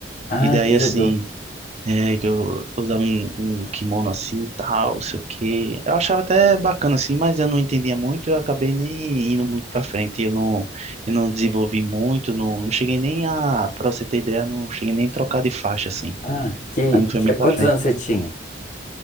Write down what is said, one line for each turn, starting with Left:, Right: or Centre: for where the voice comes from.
Left: ah,
Right: E daí
Left: que judô.
Right: assim, é, que eu usava um, um kimono assim, tal, sei o quê. Eu achava até bacana assim, mas eu não entendia muito, eu acabei nem indo muito pra frente. Eu não, eu não desenvolvi muito, não, não cheguei nem a, pra você ter ideia, não cheguei nem a trocar de faixa assim.
Left: Ah, que,
Right: Aí não foi
Left: que,
Right: muito pra
Left: quantos
Right: frente.
Left: anos você tinha?